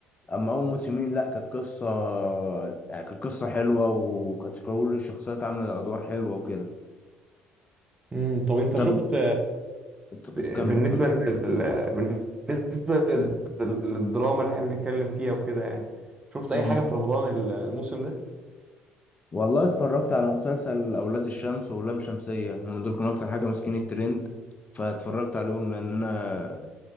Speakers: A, on the left; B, on the right.
A: اما اول موسمين لا كانت قصة آه، كانت قصة حلوة وكانت كل الشخصيات عاملة ادوار حلوة وكده
B: امم طب انت
A: طب
B: شفت
A: طب
B: ب-
A: كمل
B: بالنسبة
A: كمل
B: لل... بالنسبة لل- للدراما اللي احنا بنتكلم فيها وكده يعني شفت أي
A: امم
B: حاجة في رمضان ال- الموسم ده؟
A: والله اتفرجت على مسلسل اولاد الشمس ولام شمسية هم دول كانوا اكتر حاجة ماسكين الترند فاتفرجت عليهم لان انا